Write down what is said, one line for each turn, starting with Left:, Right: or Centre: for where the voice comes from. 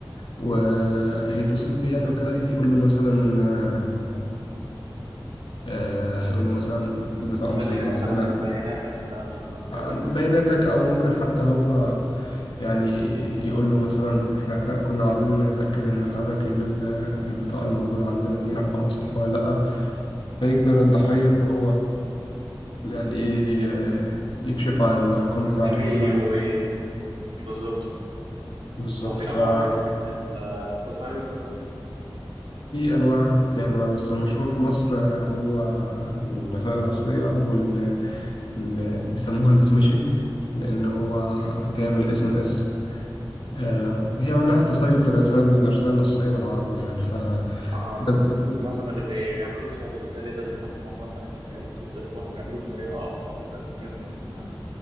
Left: وهيتصل
Right: مهم.
Left: بيه يعني وكده يقول له مثلا آه، آه، هيقول له مثلا البطاقة
Right: ملينا
Left: مثلا
Right: مثلا
Left: عندنا
Right: بياناتك آه، كذا
Left: بياناتك
Right: كذا
Left: او ممكن حتى هو يعني يقول له مثلا احنا ك- كنا عاوزين نتاكد ان حضرتك ال- ال- البطاقه اللي موجوده عندنا دي ارقامها صح ولا لا فيجبر الضحيه
Right: مهم.
Left: ان هو يعني ايه ي- يكشف عن الارقام
Right: نستميل
Left: بتاعته مثلا
Right: ليه و- بالظبط
Left: بالظبط
Right: هو في
Left: ففي
Right: انواع طيب من التصيد دوت
Left: انواع في انواع بس المشهور في مصر هو الرسائل النصيه وال ال- بيسموها السميشنج لان هو
Right: مهم.
Left: جاي من الاس ام اس آه، هي معناها
Right: مهم.
Left: تصيد الرسائل الرسائل النصية بالعربي يعني ف ده-
Right: اه الناس
Left: ده-
Right: معظم اللي بيعملوا التصيد الاحتيالي ده بيخافوا انهم مثلا يتكلموا في التليفون او يعملوه بطريقه اكتر ان هي تكون